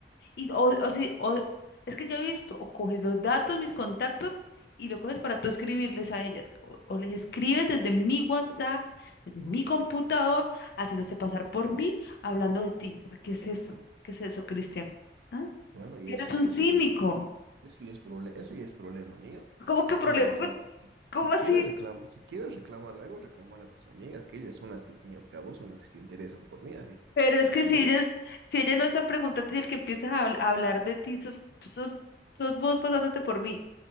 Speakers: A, on the left; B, on the right.
A: Y, o, o si, o, es que ya he visto, o coges los datos, mis contactos, y lo coges para tú escribirles a ellas. O, o les escribes desde mi WhatsApp, desde mi computador, haciéndose pasar por mí, hablando de ti. O sea, ¿Qué es eso? ¿Qué es eso, Cristian? ¿Ah?
B: Bueno, y
A: Eres
B: eso, eso
A: un <laughs> cínico.
B: ya es, eso ya es, proble- eso ya es problema mío.
A: ¿Cómo
B: Si
A: que problema?
B: quieres reclam
A: <laughs>
B: si,
A: ¿Cómo
B: si
A: así?
B: quieres reclam- si quieres reclamar algo, reclamar a tus amigas, que ellas son las que al fin y al cabo son las que se interesan por mí. Así,
A: Pero
B: así
A: es
B: que
A: que
B: a
A: si
B: mí,
A: ella, es- si ella no está preguntando y el que empieza a, habl- a hablar de ti, sos, sos, sos vos pasándote por mí.